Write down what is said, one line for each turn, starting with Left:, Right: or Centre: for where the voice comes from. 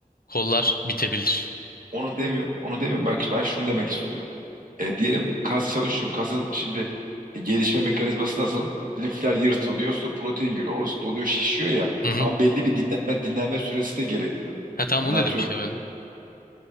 Left: kollar bitebilir.
Right: Onu demiyorum. Onu demiyorum. Bak ben şunu demek istiyorum. E, diyelim kas çalışıyorum. Kasın şimdi e, gelişme mekanizması nasıl? Lifler yırtılıyor. Sonra protein giriyor. Orası doluyor, şişiyor ya.
Left: Hı hı.
Right: Ama belli bir dinlenme, dinlenme süresi de gerekiyor.
Left: Ha tamam
Right: Hani
Left: onu
Right: atıyorum.
Left: dedim işte ben.